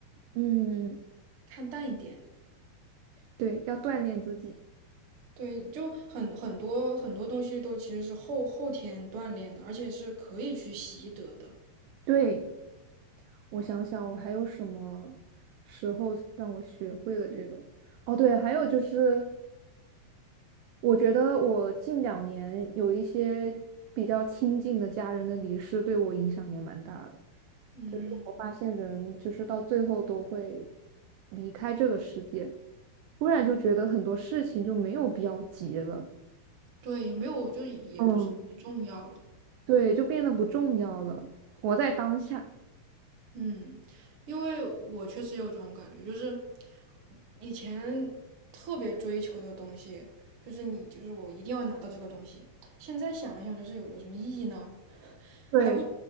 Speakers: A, on the right; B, on the right.
A: 嗯，
B: 看淡一点。
A: 对，要锻炼自己。
B: 对，就很很多很多东西都其实是后后天锻炼的，而且是可以去习得的。
A: 对，我想想，我还有什么时候让我学会了这个？哦，对，还有就是我觉得我近两年有一些比较亲近的家人的离世，对我影响也蛮大的。
B: 嗯，
A: 就是我发现人就是到最后都会离开这个世界，突然就觉得很多事情就没有必要急了，
B: 对，也没有，就也不是很重要了。
A: 嗯，对，就变得不重要了，活在当下。
B: 嗯，因为我确实有这种感觉，就是以前特别追求的东西，就是你就是我一定要拿到这个东西。现在想一想，就是有有什么意义呢？
A: 对，
B: 还不